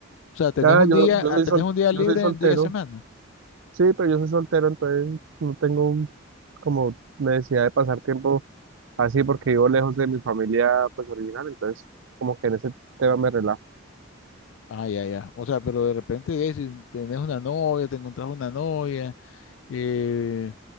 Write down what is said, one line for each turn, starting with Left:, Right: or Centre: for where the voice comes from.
Left: sea, tenés
Right: Ah,
Left: un
Right: yo,
Left: día,
Right: yo soy
Left: ah, tenés
Right: sol,
Left: un día
Right: yo
Left: libre
Right: soy soltero.
Left: en día de semana.
Right: Sí, pero yo soy soltero, entonces no tengo un- como necesidad de pasar tiempo Así porque vivo lejos de mi familia pues original, entonces como que en ese tema me relajo.
Left: Ah, ya, ya. O sea, pero de repente, eh, si tenés una novia, te encontrás una novia, eh,